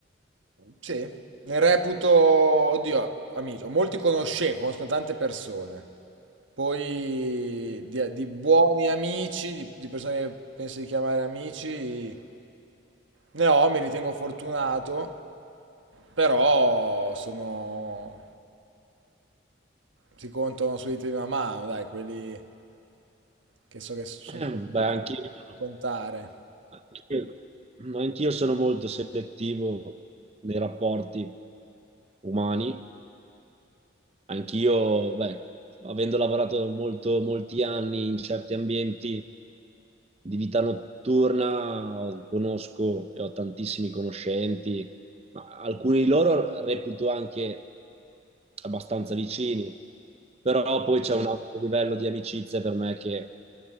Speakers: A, on the right (about 85°); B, on the right (about 30°).
A: sì, ne reputo, oddio, amico, molti conosce, conosco tante persone, poi di, di buoni amici, di, di persone che penso di chiamare amici, ne ho, mi ritengo fortunato, però sono, si contano sulle dita di una mano, dai, quelli che so che sono
B: <clears throat>
A: quelli
B: Eh, Beh,
A: che
B: anch'io, no.
A: contare.
B: anch'io, anch'io sono molto selettivo nei rapporti umani. Anch'io, beh, avendo lavorato molto, molti anni in certi ambienti di vita notturna, conosco e ho tantissimi conoscenti ma alcuni di loro reputo anche abbastanza vicini, però poi c'è un altro livello di amicizia per me che